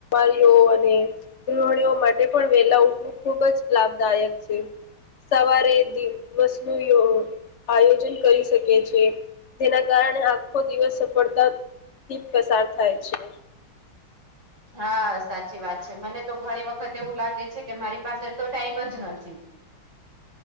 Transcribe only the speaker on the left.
રીઓ અને ગૃહણીઓ માટે. પણ વેલા ઉઠવું ખુબ જ લાભદાયક છે. સવારે દ વસ્ુ આયોજન કરી શકે છે. જેના કારણે આખો દિવસ સફળતા થી પસાર થાય છે.